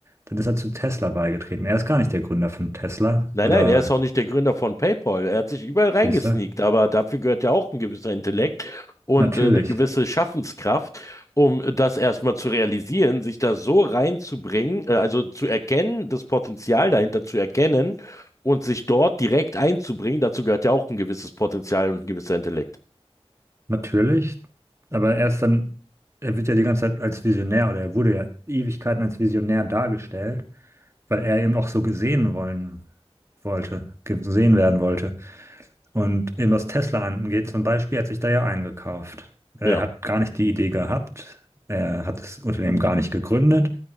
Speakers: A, on the right (about 25°); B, on the left (about 30°).
A: Dann ist er zu Tesla beigetreten. Er ist gar nicht der Gründer von Tesla
B: Nein,
A: oder
B: nein, er ist auch nicht der Gründer von PayPal. Er hat sich überall reingesneakt,
A: Siehst du?
B: aber dafür gehört ja auch ein gewisser Intellekt und
A: Natürlich,
B: äh, eine gewisse Schaffenskraft, um das erstmal zu realisieren, sich da so reinzubringen, äh, also zu erkennen, das Potenzial dahinter zu erkennen und sich dort direkt einzubringen. Dazu gehört ja auch ein gewisses Potenzial und ein gewisser Intellekt.
A: natürlich. Aber erst dann, er wird ja die ganze Zeit als Visionär oder er wurde ja Ewigkeiten als Visionär dargestellt, weil er eben auch so gesehen wollen wollte, gesehen werden wollte. Und eben was Tesla angeht zum Beispiel, er hat sich da ja eingekauft. Er
B: Ja.
A: hat gar nicht die Idee gehabt. Er hat das Unternehmen gar nicht gegründet.